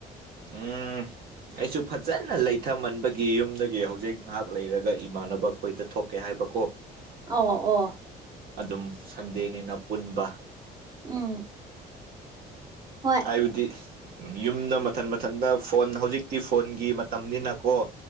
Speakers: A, on the right; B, on the right.
A: ꯎꯝ ꯑꯩꯁꯨ ꯐꯖꯅ ꯂꯩꯊꯃꯟꯕꯒꯤ ꯌꯨꯝꯗꯒꯤ ꯍꯧꯖꯤꯛ ꯉꯥꯏꯍꯥꯛ ꯂꯩꯔꯒ ꯏꯃꯥꯟꯅꯕ ꯑꯩꯈꯣꯏꯗ ꯊꯣꯛꯀꯦ ꯍꯥꯏꯕꯀꯣ
B: ꯑ ꯑꯣ
A: ꯑꯗꯨꯝ ꯁꯟꯗꯦꯅꯤꯅ ꯄꯨꯟꯕ
B: ꯎꯝ ꯍꯣꯏ
A: ꯍꯥꯏꯕꯗꯤ ꯌꯨꯝꯗ ꯃꯊꯟ ꯃꯊꯟꯗ ꯐꯣꯟ ꯍꯧꯖꯤꯛꯇꯤ ꯐꯣꯟꯒꯤ ꯃꯇꯝꯅꯤꯅꯀꯣ